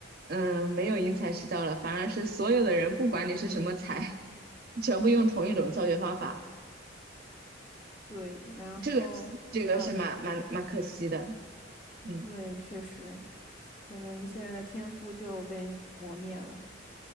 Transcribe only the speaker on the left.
对，然后啊，
对，确实，可能一些人的天赋就被磨灭了。